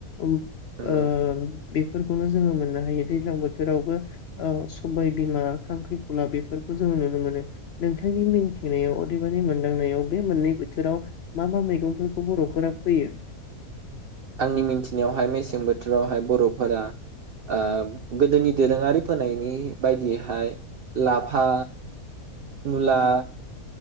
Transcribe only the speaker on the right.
नंगौ
आंनि मिथिनायावहाय मेसें बोथोरावहाय बर'फोरा ओ गोदोनि दोरोङारि फोनायनि बायदियैहाय लाफा मुला